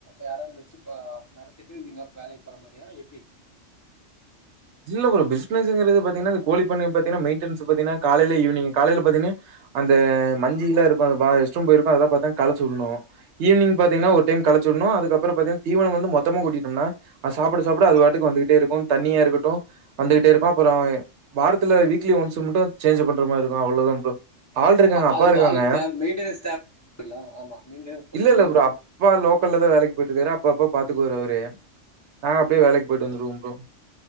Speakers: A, on the left (about 20°); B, on the right (about 70°).
A: யாரும் வச்சு நடத்திட்டு நீங்க வேலைக்கு போற மாரியா எப்டி
B: இல்ல ஒரு பிஸ்னஸ்ங்குரது பாத்தீங்ன்னா இந்த கோழிப் பண்ண பாத்திங்கன்னா மெயின்டனன்ஸ் பாத்திங்கன்னா காலையில ஈவினிங் காலையில பாத்தீங்கன்னா அந்த மந்தியெல்லாம் இருக்கும் அந்த ரெஸ்ட் ரூம் எல்லாம் போயிருக்கும் அதெல்லாம் பாத்தாங்க களைச்சி விட்றணும் ஈவினிங் பாத்தீங்கன்னா ஒரு டைம் கழச்சி விடணும் அதுக்கப்புறம் பாத்திங்கன்னா தீவனம் வந்து மொத்தமா கொட்டிட்டோம்னா அது சாப்ட சாப்ட அதுபாட்டுக்கு வந்துட்டே இருக்கும் தனியா இருக்கும் ப்ரோ வந்துகிட்டே இருக்கும் அப்றம் வாரத்துல வீக்லி ஒன்ஸ் மட்டும் சேஞ்ச் பண்ற மாரி இருக்கும் அவ்ளோ தான் ப்ரோ ஆள் இருக்காங்க அப்பா
A: அதுக்கு
B: இருக்காங்க
A: ஆள் தேவை மெயின்டெனன்ஸ் தேவை ஆமா மெயின்டெனன்ஸ்
B: இல்ல
A: கம்மி
B: இல்ல ப்ரோ அப் பா லோக்கல்லல தான் வேலைக்கு போயிட்டு இருக்காரு அப்ப அப்ப பாத்துக்குவாரு அவரு அவரு நாங்க அப்டியே வேலைக்கு போயிட்டு வந்தருவோ அப்றம்